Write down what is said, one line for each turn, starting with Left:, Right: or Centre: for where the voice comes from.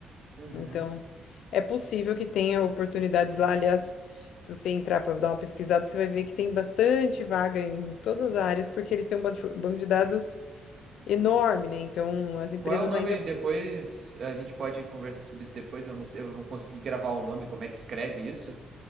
Right: Uhum.
Left: Então, é possível que tenha oportunidades lá. Aliás, se você entrar para dar uma pesquisada, você vai ver que tem bastante vaga em todas as áreas, porque eles têm um banco de banco de dados enorme, né? Então, as empresas
Right: Qual é o nome
Left: ainda.
Right: depois? A gente pode conversar sobre isso depois. Eu não sei, eu não consegui gravar o nome. Como é que escreve isso?